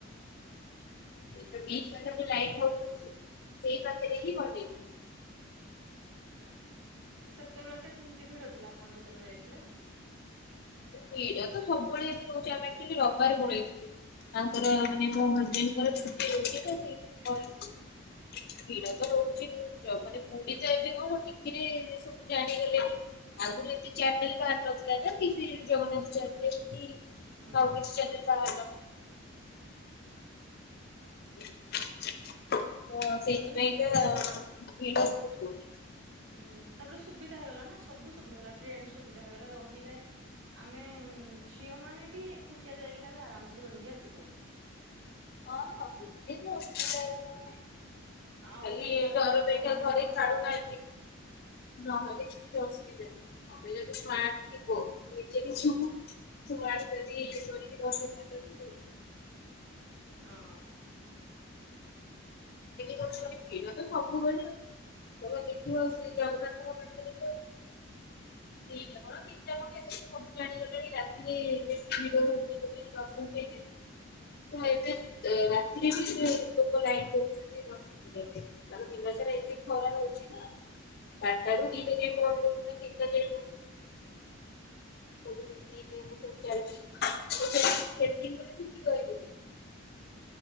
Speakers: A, on the left; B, on the right.
A: ଇ ଲାଇଟ ହାଉସ୍‌ ଅଛି ସେଇ ପାଖରେ ହିଁ ବନେଇଚି।
B: ଆକା ସେତେବେଳେ କେମିତି ଭିଡ ଥିଲା ଆପଣ ଯେତେବେଳେ ଯାଇଥିଲେ?
A: ଭିଡ଼ ତ ସବୁବେଳେ ଏମିତି ରଉଛି ଆମେ ଆକ୍ରଚ୍ବାଲି ରବିବାରେ ପଳେଇଥିଲୁ ତାଙ୍କର ମାନେ ମୋ
B: ହଁ
A: ହଜ୍‌ବେଣ୍ଡ ର ଛୁଟି ହଉଛି ନା ସେଇଥିପାଇଁ ପଳେଇ। ଭିଡ ତ ରହୁଛି ମାନେ ପୁରୀ ତ ଏବେ କଣ ଟିଭିରେ ସବୁ ଜାଣିଗଲେଣିି। ଆଗରୁ ଏତେ ଚ୍ୟାନେଲ ବାହାରି ନଥିଲା ନା ଟିଭିରେ। ଚ କି
B: ହୁଁ
A: ଆଉି ଚେ ଯ ହ <unintelligible> <unintelligible> ତ ସେଇଥିପାଇଁ
B: ତାପରେ
A: ତ ଭିଡ ହଉଥିବ।
B: ହୁଁ ତାପରେ ସୁବିଧା ହେଇଗଲା ନା ସବୁ ସୁବିଧା ହେଲା ଟ୍ରେନ ସୁବିଧା ହେଇଗଲା ରହିଲେ ଆମେ ଝିଅମାନେ ବି ଏକୁଟିଆ ଯାଇକିନା ଆମେ ଆରାମସେ ରହିକି ଆସିପାରୁ।
A: ଅଁ ହଁ ସେହି <unintelligible>
B: ଆଉ
A: ଖାଲି
B: ତାହେଲେ
A: ଦରପେକ୍ଷା
B: ତ ପୁଅ ମାନେ
A: ଥରେ
B: କଣ
A: ସାଢୁହାନ୍ତି। ନହେଲେ କି ଅସୁବିଧା ନାହିଁ। ଆମେ ଯଦି ସ୍ନାଟ ଥିବ ନିଜେ କିଛି କରି ଦ <unintelligible>
B: ହଁ।
A: ବଜସ ଭିଡ଼ ତ କପୁ ହେ <unintelligible> ତମେ ଦେଖିବ ସେ ଜଗନ୍ନାଥଙ୍କ ପାଖରେ <unintelligible> ପୂଜା କଅଁ କିସବୁ ଜାଣିଗଲାଣି ରାତିରେ ବେଶୀ ଭିଡ଼ ହଉନି ଗୋଟେ ଦର୍ଶନ ପାଇି ତ ଏବେ ରାତିରେ ବି ଲୋକ ଲାଇନ୍‌ କରୁଛନ୍ତି ର କିନ୍ତୁ ଏବେତାର ଦିନ ସାରା ଏତେ ଖରା ହଉଛି ନା ଚାରିଟାରୁ
B: ହଁ
A: ଦିଟାଯାକେ ବନ୍ଦ ରହିଥିଲା ଟି। ପ <unintelligible> ଚାଲିଛି ସେଥିକିବେଳେ କିଛି କହିଲୁନି?